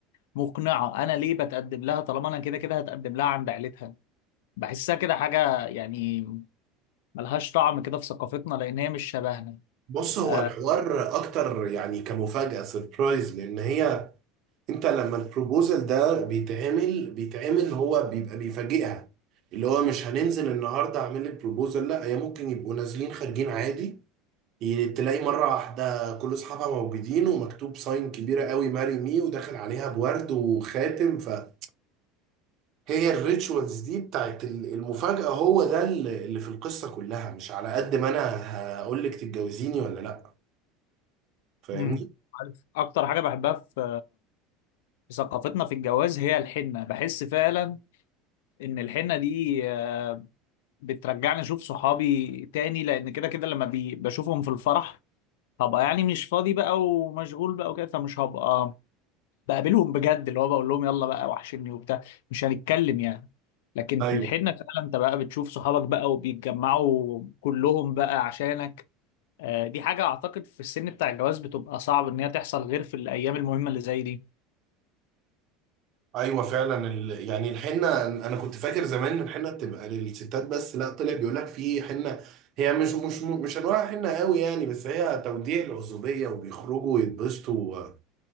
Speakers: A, on the left; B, on the right.
A: مقنعة أنا ليه بتقدم لها طالما أنا كده كده هتقدم لها عند عيلتها بحسها كده حاجة يعني ملهاش طعم كده في ثقافتنا لأن هي مش شبهنا
B: بص هو
A: آه
B: الحوار اكتر يعني كمفاجأة سربرايز لان هي انت لما البروبوزل ده بيتعمل بيتعمل هو بيبقى بيفاجئها اللي هو مش هننزل النهارده اعمل لك بروبوزل لا هي ممكن يبقوا نازلين خارجين عادي ي- تلاقي مره واحده كل اصحابها موجودين ومكتوب ساين كبيره قوي ماري مي وداخل عليها بورد وخاتم فهي الريتشوالز دي بتاعت ال- المفاجاه هو ده ال- اللي في القصه كلها مش على قد ما انا هقول لك تتجوزيني ولا لا فاهمني؟
A: أمم. عارف أكتر حاجة بحبها في في ثقافتنا في الجواز هي الحنة بحس فعلا إن الحنة دي آه بترجعني أشوف صحابي تاني لأن كده كده لما بي بشوفهم في الفرح هبقى يعني مش فاضي بقى ومشغول بقى وكده فمش هبقى بقابلهم بجد اللي هو بقول لهم يلا بقى وحشني وبتاع مش هنتكلم يعني لكن
B: ايوه
A: في الحنة فعلا انت بقى بتشوف صحابك بقى وبيتجمعوا كلهم بقى عشانك آه، دي حاجة اعتقد في السن بتاع الجواز بتبقى صعب ان هي تحصل غير في الايام المهمة اللي زي دي
B: ايوه فعلا ال... يعني الحنه انا كنت فاكر زمان ان الحنه بتبقى للستات بس لا طلع بيقول لك في حنه هي مش مش مش انواع حنه قوي يعني بس هي توديع العزوبيه وبيخرجوا ويتبسطوا و...